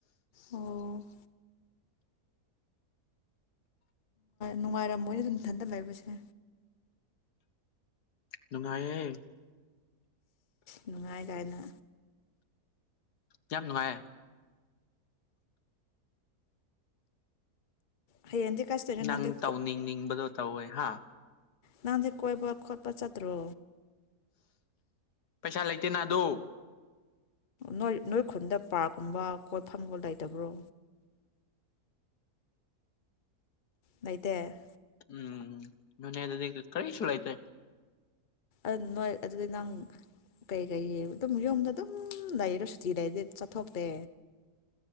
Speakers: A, on the left (about 35°); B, on the left (about 85°).
A: ꯑꯣ ꯅꯨꯡꯉꯥꯏꯔꯝꯃꯣꯏꯅ ꯑꯗꯨꯝ ꯏꯊꯟꯗ ꯂꯩꯕꯁꯦ
B: ꯅꯨꯡꯉꯥꯏꯑꯦ
A: ꯅꯨꯡꯉꯥꯏ ꯀꯥꯏꯅ
B: ꯌꯥꯝ ꯅꯨꯡꯉꯥꯏ
A: ꯍꯌꯦꯡꯗꯤ ꯀꯥꯏ ꯆꯠꯇꯣꯏꯅꯣ
B: ꯅꯪ
A: ꯅꯪꯗꯤ
B: ꯇꯥꯎ ꯅꯤꯡ ꯅꯤꯡꯕꯗꯣ ꯇꯥꯎ ꯑꯣꯏ ꯍꯥ
A: ꯅꯪꯁꯦ ꯀꯣꯏꯕ ꯈꯣꯠꯄ ꯆꯠꯇ꯭ꯔꯣ
B: ꯄꯩꯁꯥ ꯂꯩꯇꯦꯅ ꯑꯗꯨ
A: ꯅꯣꯏ ꯅꯣꯏ ꯈꯨꯟꯗ ꯄꯥꯔꯛꯀꯨꯝꯕ ꯀꯣꯏꯠꯐꯝꯒ ꯂꯩꯇꯕ꯭ꯔꯣ ꯂꯩꯇꯦ
B: ꯎꯝ ꯅꯣꯅꯦ ꯑꯗꯨ ꯀꯔꯤꯁꯨꯨ ꯂꯩꯥꯏꯇ
A: ꯑꯗꯨ ꯅꯣꯏ ꯑꯗꯨꯗꯤ ꯅꯪ ꯀꯩꯀꯩ ꯑꯗꯨꯝ ꯌꯨꯝꯗ ꯑꯗꯨꯝ ꯂꯩꯔꯣ ꯁꯨꯇꯤ ꯂꯩꯔꯗꯤ ꯆꯠꯊꯣꯛꯇꯦ